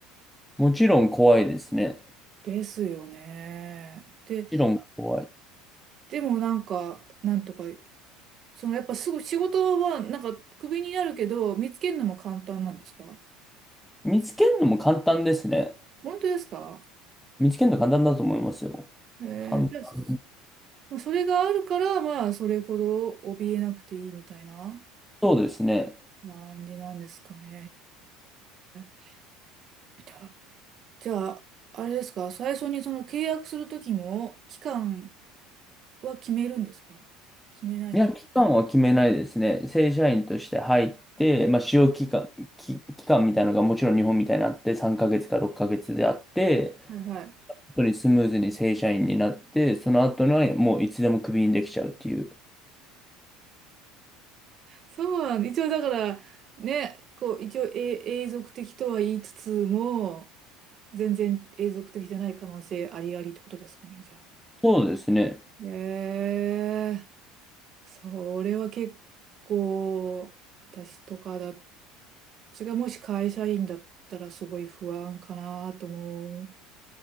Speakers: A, in the centre; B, on the right (about 35°).
A: もちろん怖いですね。
B: ですよね。で
A: 理論が怖い。
B: でもなんか、なんとかそのやっぱすぐ仕事はなんかクビになるけど、見つけるのも簡単なんですか
A: 見つけるのも簡単ですね。
B: 本当ですか
A: 見つけるの簡単だと思いますよ。
B: えー、
A: 簡単。
B: じゃあ、まあそれがあるから、まあ、それほど怯えなくていいみたいな
A: そうですね。
B: 感じなんですかね。へえ。じゃあ、じゃあ、あれですか最初にその契約するときも、期間は決めるんですか決めないんです
A: いや、期間は決めないですね。正社員として入って、まあ、使用期間、き期間みたいなのがもちろん日本みたいにあって、3ヶ月か6ヶ月であって、
B: かはいはい。
A: 本当にスムーズに正社員になって、その後にはもういつでもクビにできちゃうっていう。
B: そうなん、一応だから、ね、こう、一応永永続的とは言いつつも、全然永続的じゃない可能性ありありってことですかね、じゃあ。
A: そうですね。
B: えー、それは結構、私とかだ、私がもし会社員だったらすごい不安かなと思